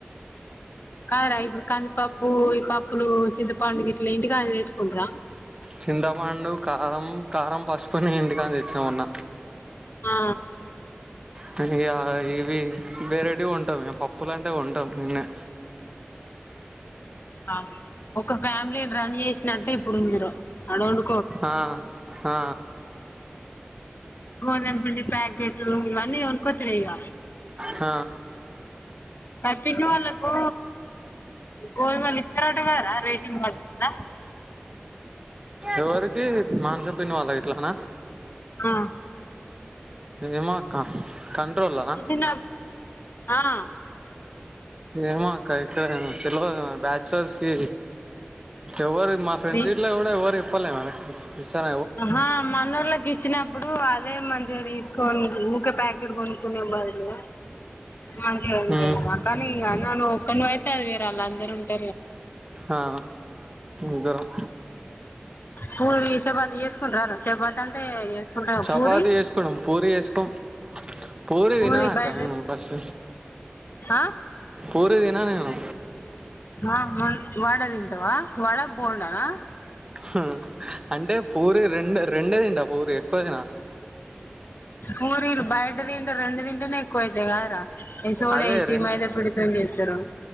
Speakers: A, on the left; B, on the right.
A: కాద్రా ఇప్పుడు కందిపప్పు ఈ పప్పులు చింతపండు గిట్ల ఇంటికాంచి తెచ్చుకుంటరా
B: చింతపండు కారం కారం పసుపుని ఇంటికంచి తెచ్చినా మొన్న
A: ఆ
B: కానీ ఇగ ఇవి వేరేటివి కొంటామే పప్పులు అంటే కొంటాం ఈన్నే
A: ఆ ఒక ఫ్యామిలీ రన్ చేసినట్టు ఇప్పుడు మీరు ఒండు
B: ఆ ఆ
A: గోధమ్ పిండి ప్యాకెట్లు ఇవన్నీ కొనుకోచూడే ఇగ
B: ఆ
A: మరి పిన్ని వాళ్ళకు గోధుమలు ఇత్తరట గాదరా రేషన్ కోట్ల
B: ఎవరికి మానస పిన్ని వాళ్ళకి గిట్లన
A: ఆ
B: ఏమో అక్క కంట్రోల్నా
A: ఇచ్చిన ఆ
B: ఏమో అక్క ఇస్తూరేమో తెల్వదు మరి బ్యాచలర్స్ కి ఎవరు మా ఫ్రెండ్స్
A: మీ
B: గిట్ల కూడా ఎవరు చెప్పాలే మన ఇస్తార
A: ఆహా మనోళ్లగి ఇచ్చినప్పుడు అదే మంచిగా తీసుకోనీ ఊకే ప్యాకెట్ కొనుక్కునే బదులు మంటే ఉంట
B: ఉమ్
A: గానీ ఆన్లా నువ్వు ఒక్కనివి అయితే అది వేరు అళ్ళ అందరూ ఉంట
B: ఆ ఇద్దరం
A: పూరిని చపాతి చేసుకుంటారారా చపాతీ అంటే చేసుకుంటా
B: చపాతి
A: పూరి
B: చేసుకుంటాం పూరీ చేసుకోం పూరీ
A: పూరి
B: తినను అక్క
A: బయట
B: నేను ఫస్ట్
A: ఆ
B: పూరీ తిన నేను
A: ఆ వ వడ తింటావా వడ బొండా నా
B: హ అంటే పూరి రెండు రెండే తింట పూరి ఎక్కువ తిన
A: పూరీలు బయట తింటే రెండు తింటేనే ఎక్కువైతాయి కదా రా ఏ సోడ
B: అదే
A: ఏసి
B: రెండు
A: మైదా పండి తో చేస్తారు అవి